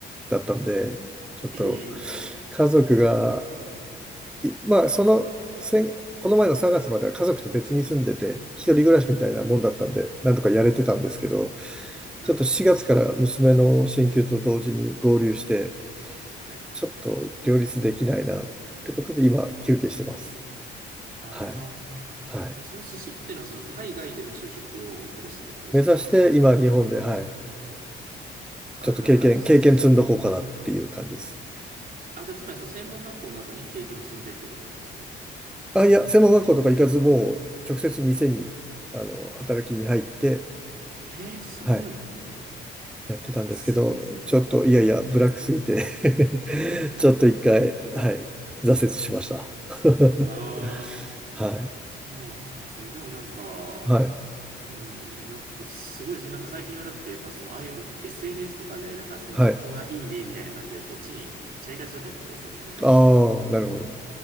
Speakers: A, in the centre; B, on the right.
A: だったんで、ちょっと、
B: ええ
A: 家族が、いまあ、その、先この前の3月までは家族と別に住んでて、一人暮らしみたいなもんだったんで、
B: うんうん。
A: なんとかやれてたんですけど、
B: はい。
A: ちょっと4月から娘の進級と同時に合流して、
B: はい。
A: ちょっと両立できないなってことで、今、休憩してます。
B: ああ。
A: はい。はい。
B: じゃあ、その寿司っていうのは、その海外での就職を目指してってことですか
A: 目指して今日本で、はい、
B: ああー、
A: ちょっと経験、
B: す
A: 経験積んどこうかなっていう感じです。
B: あ、じゃあ、つまりその専門学校の後に経験を積んでってことなんですね。
A: あ、いや、専門学校とか行かずもう直接店に、あの、働きに入って、
B: えー、すごい。
A: はい、やってたんですけど、
B: え、すごいですね。
A: ちょっと、いやいや、ブラックすぎて <laughs>
B: <laughs>
A: ちょっと一回、はい、挫折しました。<laughs>
B: ああ。
A: はい、
B: そうなんですね。でもなんか、
A: はい、
B: うん、なんかすごいですね。なんか最近はだってやっぱそのああいう SNS とかでなんかその学校がいいねみたいな感じでそっちに行っちゃいがちだと思うんですよ、
A: はい。
B: 割と。
A: ああ、なるほど。